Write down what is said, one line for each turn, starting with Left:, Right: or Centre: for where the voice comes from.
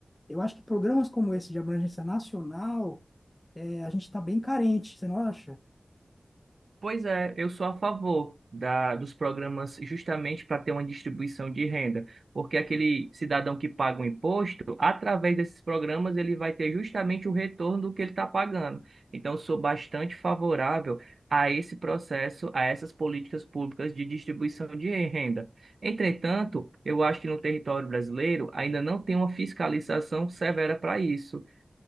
Left: Eu acho que programas como esse de abrangência nacional, é, a gente está bem carente, você não acha?
Right: Pois é, eu sou a favor da, dos programas justamente para ter uma distribuição de renda, porque aquele cidadão que paga o imposto, através desses programas, ele vai ter justamente o retorno do que ele está pagando. Então, eu sou bastante favorável a esse processo, a essas políticas públicas de distribuição de renda. Entretanto, eu acho que no território brasileiro ainda não tem uma fiscalização severa para isso.